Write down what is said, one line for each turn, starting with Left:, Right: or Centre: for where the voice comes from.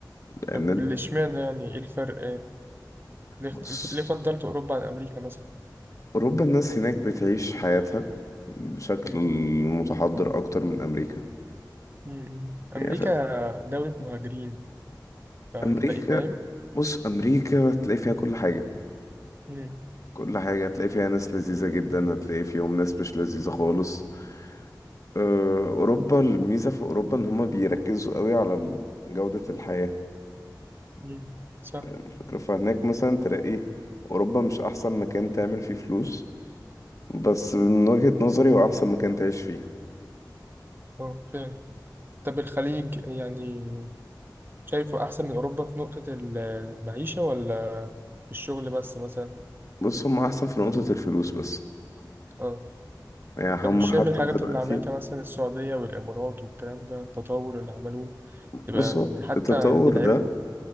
Left: لان
Right: طب
Left: انت
Right: اشمعنى يعني إيه الفرق ليه اخت-
Left: بص
Right: ليه فضلت أوروبا عن أمريكا مثلا؟
Left: اوروبا الناس هناك بتعيش حياتها بشكل
Right: مم.
Left: متحضر اكتر من امريكا
Right: مم. أمريكا
Left: يعني فاهم
Right: دولة مهاجرين فتلاقي
Left: امريكا
Right: فاهم؟
Left: بص امريكا هتلاقي فيها كل حاجة
Right: مم.
Left: كل حاجة هتلاقي فيها ناس لذيذة جدا هتلاقي فيهم ناس مش لذيذة خالص آه، أوروبا الميزة في أوروبا إن هما بيركزوا قوي على ال- جودة الحياة
Right: مم. صح
Left: الفكرة فهناك مثلا تلاقي أوروبا مش أحسن مكان تعمل فيه فلوس بس من وجهة نظري هو أحسن مكان تعيش فيه
Right: اه فعلا طب الخليج يعني شايفه أحسن من أوروبا في نقطة المعيشة ولا في الشغل بس مثلا؟
Left: بص هما أحسن في نقطة الفلوس بس
Right: اه
Left: يعني
Right: طب
Left: هما
Right: مش
Left: حتى
Right: شايف الحاجات
Left: دلوقتي
Right: اللي عملتها مثلا السعودية والإمارات والكلام ده التطور اللي عملوه تبقى
Left: بص هو
Right: حتى
Left: التطور
Right: يعني لعيبة
Left: ده